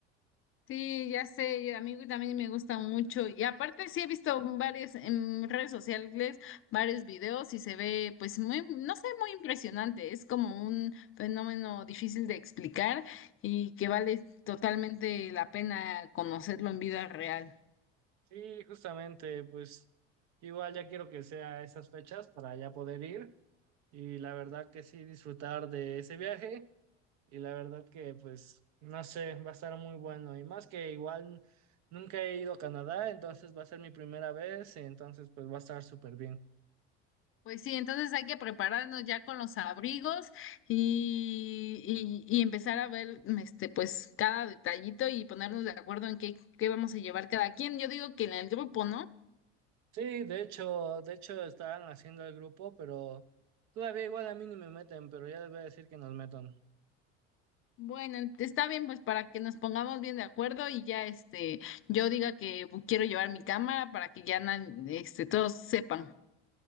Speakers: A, on the left; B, on the right.
A: Sí, ya sé, y a mí también me gusta mucho. Y aparte sí he visto varios en redes sociales, varios videos y se ve pues muy, no sé, muy impresionante. Es como un fenómeno difícil de explicar y que vale totalmente la pena conocerlo en vida real.
B: Sí, justamente, pues igual ya quiero que sea esas fechas para ya poder ir y la verdad que sí disfrutar de ese viaje y la verdad que pues no sé, va a estar muy bueno y más que igual nunca he ido a Canadá, entonces va a ser mi primera vez, entonces pues va a estar súper bien.
A: Pues sí, entonces hay que prepararnos ya con los abrigos y, y, y empezar a ver este pues cada detallito y ponernos de acuerdo en qué, qué vamos a llevar cada quien. Yo digo que en el grupo, ¿no?
B: Sí, de hecho, de hecho estaban haciendo el grupo, pero todavía igual a mí ni me meten, pero ya les voy a decir que nos metan.
A: Bueno, ent- está bien, pues para que nos pongamos bien de acuerdo y ya este, yo diga que bu- quiero llevar mi cámara para que ya na- este, todos sepan.